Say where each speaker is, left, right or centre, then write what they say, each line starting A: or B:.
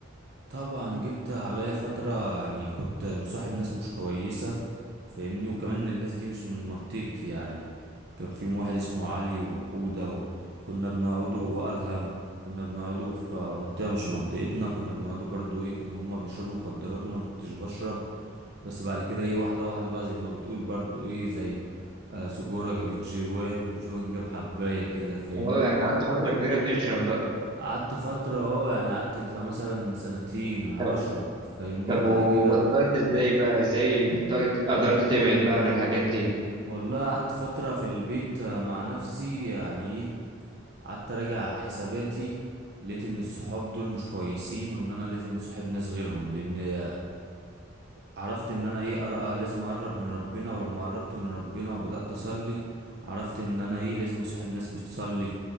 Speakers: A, on the right; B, on the right.
A: طبعا جيت عليا فترة يعني كنت مصاحب ناس مش كويسة فاهمني وكمان الناس دي مش من منطقتي يعني كان في واحد اسمه علي وحودة وكنا بنقعدوا وادهم كنا بنقعدوا في منطقة مش منطقتنا كنا بنقعدوا برضو ايه كانوا هما بيشربوا مخدرات وانا ما كنتش بشرب بس بعد كده ايه واحدة واحدة بقى زي ما بتقول برضو ايه زي آه سجورة جابت جوان وجوان جاب حباية كده فاهمني
B: أه يعني قعدت فترة كبيرة تشرب بقى
A: قعدت فترة اه يعني قعدت لا مثلا سنتين أشرب
B: طب
A: فاهمني
B: طب
A: وبعد
B: وبطلت
A: كده
B: إزاي بقى إزاي بطلت قدرت تبعد بقى عن الحاجات دي
A: والله قعدت فترة في البيت آه، مع نفسي يعني ايه قعدت أراجع حساباتي لقيت إن الصحاب دول مش كويسين وإن أنا لازم أصاحب ناس غيرهم لأن آه، عرفت ان انا ايه أر- آه، لازم اقرب من ربنا ولما قربت من ربنا وبدأت اصلي عرفت ان انا ايه لازم اصاحب ناس بتصلي